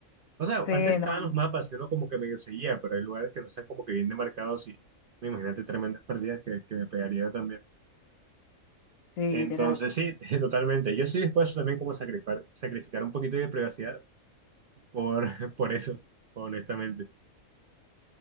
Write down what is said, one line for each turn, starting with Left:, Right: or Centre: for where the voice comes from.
Right: O sea,
Left: Sí,
Right: antes estaban
Left: no,
Right: los mapas y uno como que medio seguía, pero hay lugares que no están como que bien demarcados y me imagínate tremendas pérdidas que, que me pegaría también.
Left: sí,
Right: Entonces,
Left: literal.
Right: sí, <laughs> totalmente. Yo estoy dispuesto también como a sacrificar, sacrificar un poquito de privacidad por, <laughs> por eso, honestamente.